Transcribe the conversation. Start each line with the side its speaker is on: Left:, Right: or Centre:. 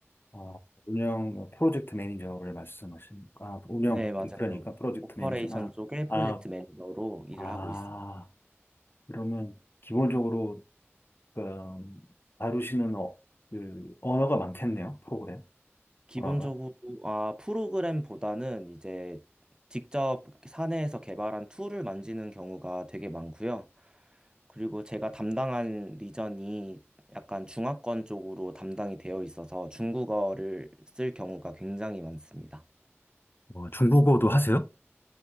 Left: 아, 운영, 뭐 프로젝트 매니저를 말씀하신, 아, 운영,
Right: 네, 맞아요.
Left: 그러니까 프로젝트
Right: 오퍼레이션
Left: 매니저, 아,
Right: 쪽에 프로젝트
Left: 아,
Right: 매니저로 일을
Left: 아.
Right: 하고 있습니다.
Left: 그러면 기본적으로 그, 음, 다루시는 어, 그 언어가 많겠네요. 프로그램
Right: 기본적으로
Left: 언어가.
Right: 아, 프로그램보다는 이제 직접 사내에서 개발한 툴을 만지는 경우가 되게 많고요. 그리고 제가 담당한 리전이 약간 중화권 쪽으로 담당이 되어 있어서 중국어를 쓸 경우가 굉장히 많습니다.
Left: 와, 중국어도 하세요?